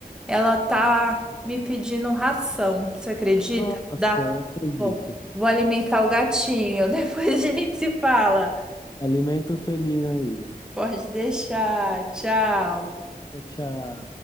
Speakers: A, in the centre; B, on the left.
A: Ela tá me pedindo ração. Você acredita?
B: Nossa,
A: Dá.
B: acredito.
A: Bom, vou alimentar o gatinho. <laughs> Depois a gente se fala.
B: Alimento felino aí.
A: Pode deixar. Tchau.
B: Tchau, tchau.